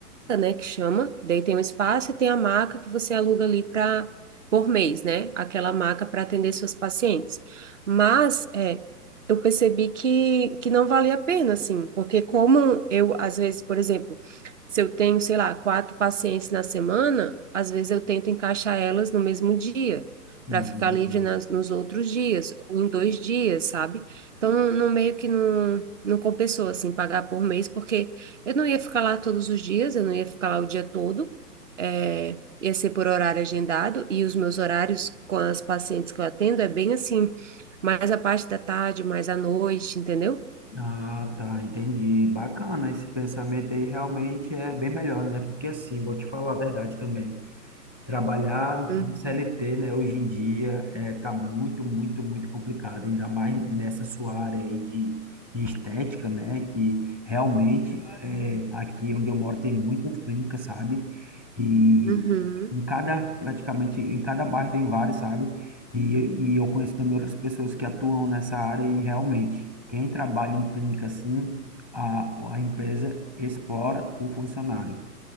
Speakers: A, on the right; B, in the centre.
A: né, que chama, daí tem um espaço e tem a maca que você aluga ali para por mês, né? Aquela maca para atender seus pacientes. Mas é, eu percebi que, que não valia a pena, assim, porque como eu, às vezes, por exemplo, se eu tenho, sei lá, quatro pacientes na semana, às vezes eu tento encaixar elas no mesmo dia,
B: Uhum.
A: para ficar livre nas, nos outros dias, ou em dois dias, sabe? Então, no meio que não, não compensou, assim, pagar por mês, porque eu não ia ficar lá todos os dias, eu não ia ficar lá o dia todo, eh, ia ser por horário agendado, e os meus horários com as pacientes que eu atendo é bem assim, mais a parte da tarde, mais à noite, entendeu?
B: Ah, tá, entendi. Bacana, esse pensamento aí realmente é bem melhor, né? Porque assim, vou te falar a verdade também. Trabalhar
A: Uhum.
B: em CLT, né, hoje em dia é, tá muito, muito, muito complicado, ainda mais nessa sua área aí de, de estética, né, que realmente é, aqui onde eu moro tem muitas clínicas, sabe? E
A: Uhum.
B: em cada, praticamente, em cada bairro tem várias, sabe? E, e eu conheço também outras pessoas que atuam nessa área e realmente, quem trabalha em clínica assim, a, a empresa explora o funcionário.